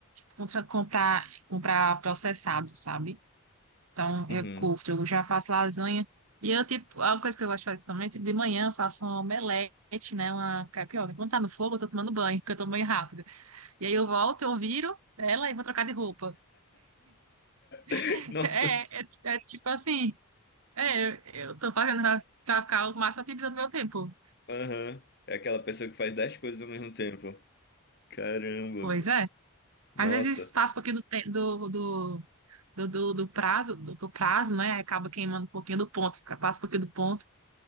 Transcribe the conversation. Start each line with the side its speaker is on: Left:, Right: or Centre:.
Right: contra comprar, comprar processado, sabe? Então,
Left: uhum.
Right: eu curto, eu já faço lasanha. E eu, tipo, é uma coisa que eu gosto de fazer também, tipo, de manhã eu faço um omelete, né? Uma crepioca. Quando tá no fogo, eu tô tomando banho, porque eu tomo banho rápido. E aí eu volto, eu viro ela e vou trocar de roupa.
Left: <laughs>
Right: <laughs>
Left: Nossa,
Right: É, é, é tipo assim, é, eu, eu tô fazendo pra, pra ficar o máximo ativo do meu tempo.
Left: aham. É aquela pessoa que faz dez coisas ao mesmo tempo. Caramba,
Right: Pois
Left: velho.
Right: é.
Left: Nossa.
Right: Às vezes faço um pouquinho do, te- do, do, do, do, do prazo, do, do prazo, né? Aí acaba queimando um pouquinho do ponto, passa um pouquinho do ponto.